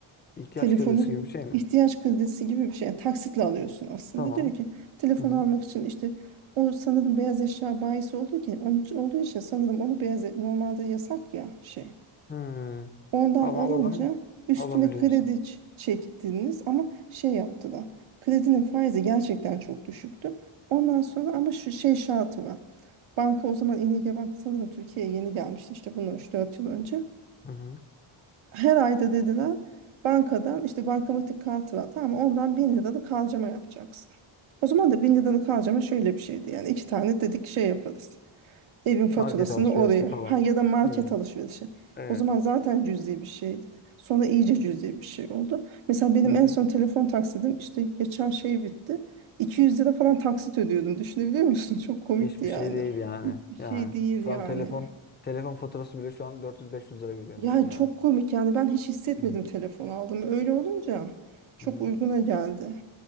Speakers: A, on the left; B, on the right.
A: İhtiyaç
B: telefonu
A: kredisi gibi bir şey mi?
B: ihtiyaç kredisi gibi bir şey. Yani taksitle alıyorsun aslında.
A: Tamam.
B: Diyor ki telefonu
A: Hı hı.
B: almak için işte o sanırım beyaz eşya bayisi olduğu ki onun için- olduğu için sanırım onu beyaz e- normalde yasak ya şey.
A: Hı.
B: Ondan
A: Ama
B: alınca
A: oradan
B: üstüne
A: alabiliyorsun.
B: kredi ç- çektiniz ama şey yaptılar. Kredinin faizi gerçekten çok düşüktü. Ondan sonra ama şu şey şartı var. Banka o zaman İNG Bank sanırım Türkiye'ye yeni gelmişti işte bundan 3-4 yıl önce.
A: Hı hı.
B: Her ayda dediler bankadan işte bankamatik kartı var tamam mı? ondan 1000 liralık harcama yapacaksın. O zaman da 1000 liralık harcama şöyle bir şeydi yani iki tane dedik şey yaparız. Evin faturasını
A: Market alışverişi
B: oraya.
A: falan.
B: Ha ya
A: mı?
B: da market
A: Hı.
B: alışverişi.
A: Evet.
B: O zaman zaten cüzi bir şeydi. Sonra iyice cüzi bir şey oldu. Mesela benim
A: Hı hı.
B: en son telefon taksidim işte geçen şey bitti. 200 lira falan taksit ödüyordum. Düşünebiliyor musun? <laughs> Çok komikti
A: Hiçbir
B: yani.
A: şey değil yani.
B: Hiçbir şey
A: Yani
B: değil
A: şu
B: yani.
A: an telefon telefon faturası bile şu an 400-500 lira gidiyor
B: Ya
A: düşün yani.
B: çok komik yani ben hiç hissetmedim
A: Hı
B: telefon aldım. Öyle olunca çok
A: hı.
B: uyguna geldi.